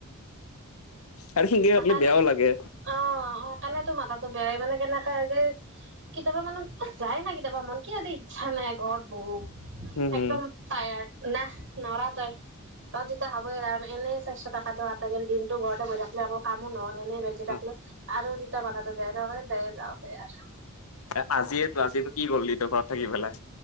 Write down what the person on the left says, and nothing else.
আৰু সেনকে
কাটলি বেয়াও লাগে
উম হম
অ
এ আজিয়েতো আজিনো কি কৰিলি তই ঘৰত থাকি পেলাই?